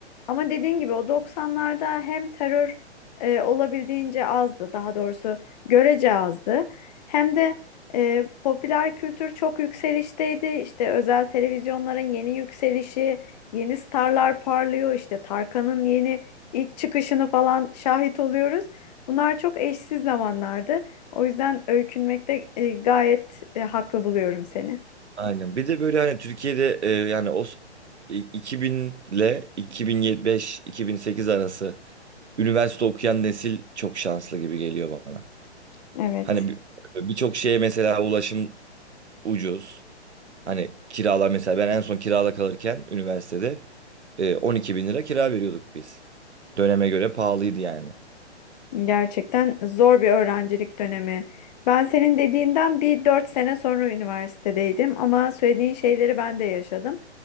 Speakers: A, on the left (about 35°); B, on the right (about 75°).
A: Ama dediğin gibi o 90'larda hem terör e, olabildiğince azdı, daha doğrusu görece azdı. Hem de e, popüler kültür çok yükselişteydi. İşte özel televizyonların yeni yükselişi Yeni starlar parlıyor işte Tarkan'ın yeni ilk çıkışını falan şahit oluyoruz. Bunlar çok eşsiz zamanlardı. O yüzden öykünmekte e, gayet e, haklı buluyorum seni.
B: Aynen. Bir de böyle hani Türkiye'de e, yani o s- i- 2000 ile 2005-2008 arası üniversite okuyan nesil çok şanslı gibi geliyor bana.
A: Evet,
B: Hani bir- birçok şeye mesela ulaşım ucuz. Hani kiralar mesela ben en son kirada kalırken üniversitede e, 12 bin lira kira veriyorduk biz. Döneme göre pahalıydı yani.
A: gerçekten zor bir öğrencilik dönemi. Ben senin dediğinden bir dört sene sonra üniversitedeydim ama söylediğin şeyleri ben de yaşadım.